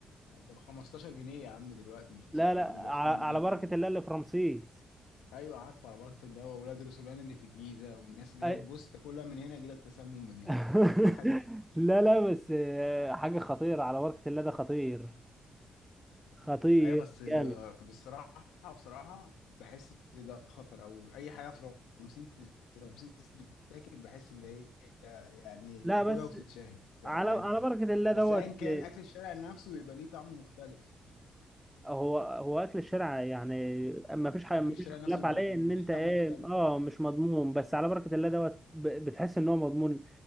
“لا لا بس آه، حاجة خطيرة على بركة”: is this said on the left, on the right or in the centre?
Centre